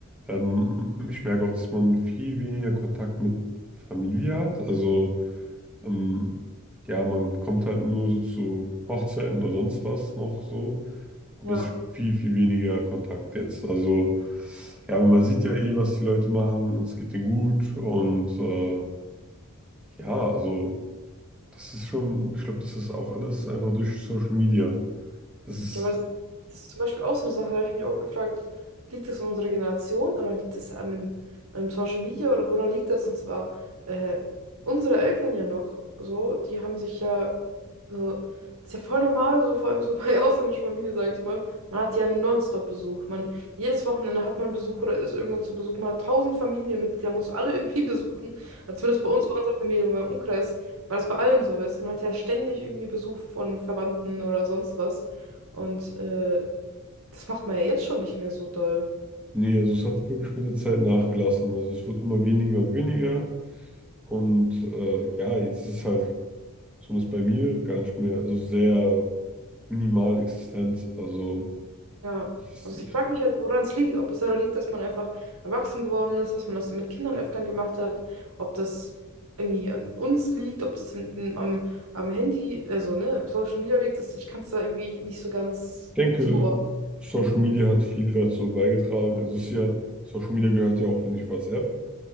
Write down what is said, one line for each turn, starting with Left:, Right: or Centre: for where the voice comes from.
Centre: Ähm, ich merke auch, dass man viel weniger Kontakt mit Familie hat. Also ähm, ja, man kommt halt nur so zu Hochzeiten oder sonst was noch so. Aber
Right: Ja.
Centre: es ist schon viel, viel weniger Kontakt jetzt. Also, ja, aber man sieht ja eh, was die Leute machen und es geht denen gut. Und äh, ja, also, das ist schon, ich glaube, das ist auch alles einfach durch Social Media. Das ist,
Right: Ja, aber das, das ist zum Beispiel auch so eine Sache, da habe ich mich auch gefragt, liegt das an unserer Generation oder liegt es an einem, an einem Social Media oder woran liegt das? Und zwar äh, unsere Eltern ja noch so, die haben sich ja so, das ist ja voll normal, so vor allem so bei <laughs> ausländischen Familien, sage ich mal. Man hat ja nonstop Besuch. Man, jedes Wochenende hat man Besuch oder ist irgendwo zu Besuch. Man hat tausend Familienmitglieder, muss alle <laughs> irgendwie besuchen. Also zumindest bei uns, bei unserer Familie, bei meinem Umkreis, war das bei allen so, weißt du. Man hat ja ständig irgendwie Besuch von Verwandten oder sonst was. Und äh, das macht man ja jetzt schon nicht mehr so doll.
Centre: nee, also es hat wirklich mit der Zeit nachgelassen. Also, es wird immer weniger und weniger. Und äh, ja, jetzt ist es halt, zumindest bei mir, gar nicht mehr, also sehr minimal existent. Also,
Right: Ja,
Centre: es,
Right: also ich frage mich halt, woran es liegt. Ob es daran liegt, dass man einfach erwachsen geworden ist, dass man das mit Kindern öfter gemacht hat, ob das irgendwie an uns liegt, ob das an- am, am Handy, also ne, Social Media liegt, dass ich kann es da irgendwie nicht so ganz
Centre: Ich denke,
Right: zuordnen.
Centre: Social Media hat viel dazu beigetragen. Also es ist ja, Social Media gehört ja auch, finde ich, WhatsApp.